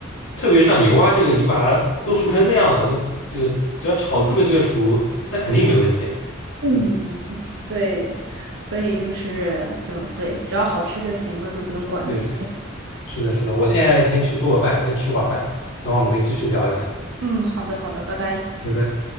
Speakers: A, on the left; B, on the right.
A: 特别像牛蛙这个，你把它都熟成那样了，就这个只要炒的特别特别熟，那肯定没问题啊。
B: 嗯，
A: 嗯，
B: 对，所以就是就对，只要好吃就行了，就不用管那些。
A: 对对，是的，是的，我现在先去做个饭，先吃会儿饭，等会儿我们可以继续聊一下。
B: 嗯，好的好的，拜拜。
A: 拜拜。